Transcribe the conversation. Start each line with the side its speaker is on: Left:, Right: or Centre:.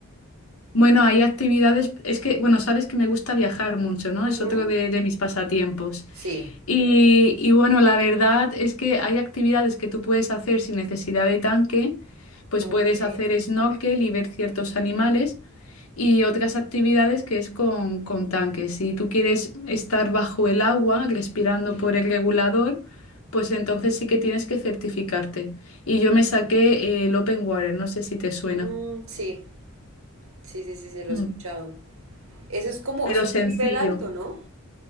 Left: Bueno, hay actividades, es que, bueno, sabes que me gusta viajar mucho, ¿no?
Right: Ujú.
Left: Es otro de, de mis pasatiempos.
Right: Sí.
Left: Y, y bueno, la verdad es que hay actividades que tú puedes hacer sin necesidad de tanque, pues
Right: Ok.
Left: puedes hacer snorkel y ver ciertos animales. y otras actividades que es con, con tanques. Si tú quieres estar bajo el agua, respirando por el regulador, pues entonces sí que tienes que certificarte. Y yo me saqué
Right: bueno.
Left: eh, el Open Water, no sé si te suena,
Right: Mm, sí, sí, sí, sí, se lo
Left: Mm.
Right: he escuchado. Eso es como,
Left: pero
Right: eso es
Left: sencillo.
Right: un nivel alto, ¿no?